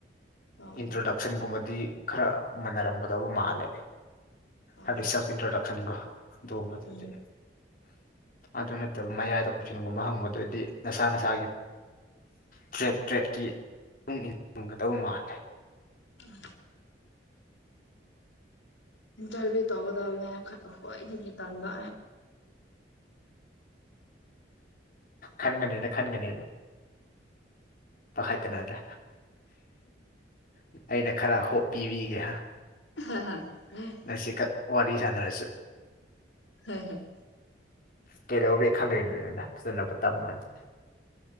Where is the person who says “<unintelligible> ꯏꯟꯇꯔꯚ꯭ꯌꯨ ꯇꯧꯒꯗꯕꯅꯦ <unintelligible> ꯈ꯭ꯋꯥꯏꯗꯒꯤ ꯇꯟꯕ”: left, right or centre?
Left